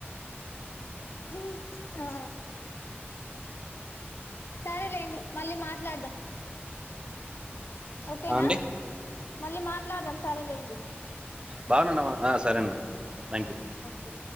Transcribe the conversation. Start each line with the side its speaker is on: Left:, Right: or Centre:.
Left: ది, ఆ సరేలేండి, మళ్ళీ మాట్లాడదాం. ఓకేనా,
Right: ఆ అండి
Left: మళ్ళీ మాట్లాడదాం, సరేలేండి.
Right: బాగునన్నవ, ఆ సరే అండి.
Left: హా
Right: థ్యాంక్ యూ
Left: ఓకే